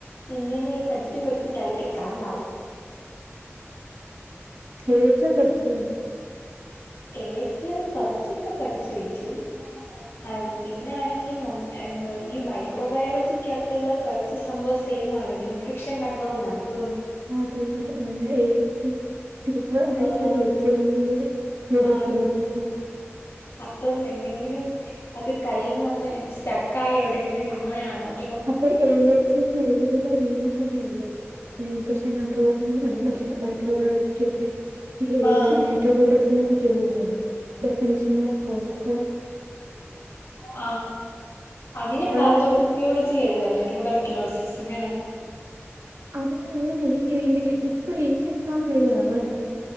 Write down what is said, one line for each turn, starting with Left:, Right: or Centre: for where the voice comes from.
Left: ഇങ്ങനെ പഠിച്ചു പഠിച്ച് തലയ്ക്ക് പ്രാന്താവും.
Right: ഏച്ചം പഠിച്ചിരുന്നു <unintelligible>
Left: ഏച്ചൻ കൊറച്ചൊക്കെ പഠിച്ചു വെച്ചു. അ പിന്നൊണെങ്കിൽ ന എന്തോ ഈ മൈക്രോബയോളജിക്കകത്തുള്ള കുറച്ച് സംഭവ സീ മാന്വൽ ഇൻഫെക്ഷൻ കൺണ്ട്രോളിനകത്തും
Right: ഹ എ എയ്ഡ്സും ടുബാ എയ്ഡ്‌സ്
Left: ആഹ്
Right: അല്ല, എച്ച് ഐ വിടെ ട്യൂബ്ർക്യൂലോസിസ്.
Left: ആഹ് അപ്പം എന്തെങ്കിലും അത് കൈയി നിന്ന് സ്റ്റക്കായി എവിടെങ്കിലും നിന്നുപോയ അങ്ങോട്ട്.
Right: അപ്പൊ എ എച്ച് എന്ന് എഴുതുന്ന രീതി തന്നെയല്ലേ എ ഇൻഫെക്ഷൻ കണ്ട്രോൾ? ഇങ്ങക്ക് കണ്ടാമനസ്സിലാകും മൈക്രോബയോളജിക്കൊക്കെ <unintelligible> ഈ എയ്ഡ്‌സ്
Left: ആഹ്
Right: അനാട്ടമി ഗ്രാഫിനെ കുറിച്ച് എഴുതുന്നത് ഡെഫിനഷന് കോഴസസ്
Left: ആ അതിന്
Right: വേറെ
Left: പാത്തോഫിസിയോളജി എഴുതണെ. ട്യൂബ്ർക്യൂലോസിസിന്
Right: അതിന് അവൻ ഈ ഇ ഇപ്പൊ ഈ എക്സാമിൽ എഴുതണോ വേണ്ടല്ലോ?